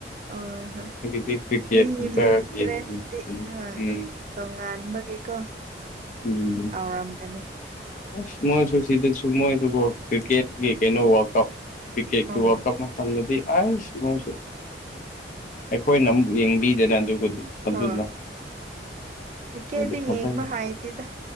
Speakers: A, on the right; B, on the left.
A: ꯑꯣ ꯍꯣꯏ
B: ꯒꯦ ꯀ꯭ꯔꯀꯦꯠ
A: ꯃꯤꯒꯤ ꯃꯤꯟ
B: ꯑ ꯌꯦ
A: ꯗ꯭ꯔꯦꯁꯇꯤ
B: ꯎꯝ
A: ꯑ
B: <inaudible>
A: ꯇꯣꯉꯥꯟꯕꯒꯤꯀꯣ
B: ꯎꯝ
A: ꯇꯥꯎꯔꯝꯒꯅꯤ
B: ꯑꯁ ꯃꯣꯏꯁꯨ ꯁꯤꯗꯁꯨ ꯃꯣꯏꯗꯨꯀꫭ ꯀ꯭ꯔꯤꯛꯀꯦꯠꯀꯤ ꯀꯩꯅꯣ ꯋꯥꯔꯜ ꯀꯞ ꯀ꯭ꯔꯤꯀꯦꯠꯀꯤ
A: ꯑꯣ
B: ꯋꯥꯔꯜ ꯀ ꯃꯇꯝꯗꯨꯗꯤ ꯑꯁꯃꯁꯨ ꯑꯩꯈꯣꯏꯅ ꯑꯃꯨꯛ ꯌꯦꯡꯕꯤꯗꯅ ꯑꯗꯨꯒꯗꯨ ꯑꯗꯨꯗꯗꯤ
A: ꯍꯣꯏ ꯀ꯭ꯔꯤꯀꯦꯠꯇꯤ
B: ꯐꯖ
A: ꯌꯦꯡꯕ ꯍꯥꯏꯇꯦꯗ